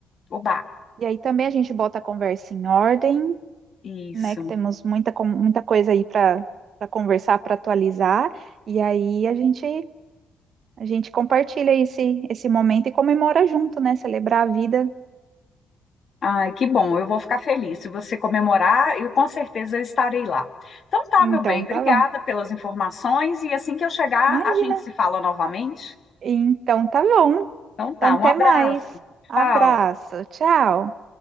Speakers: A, on the left; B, on the right.
A: Oba,
B: E aí também a gente bota a conversa em ordem,
A: isso.
B: né? Que temos muita, com- muita coisa aí para para conversar, para atualizar. E aí a gente a gente compartilha esse esse momento e comemora junto, né? Celebrar a vida.
A: Ai, que bom, eu vou ficar feliz. Se você comemorar, eu com certeza eu estarei lá. Então tá,
B: Então
A: meu bem, obrigada
B: tá bom.
A: pelas informações e assim que eu chegar,
B: Imagina.
A: a gente se fala novamente.
B: Então tá bom.
A: Então tá,
B: Então até
A: um abraço.
B: mais. Abraço.
A: Tchau.
B: Tchau.